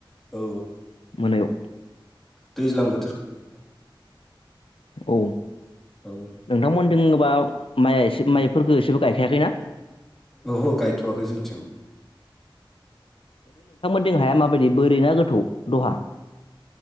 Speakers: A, in the centre; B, on the left.
A: औ
B: मोनायाव
A: दैज्लां बो
B: औ
A: औ
B: नोंथां मोननिथिंबा माइआ एसे माइ फोरखौ एसेबो गायखायाखैना?
A: औह गायथ'वाखै जोंथिं।
B: जों हाया माबायदि बोरै ना गोथौ दहा।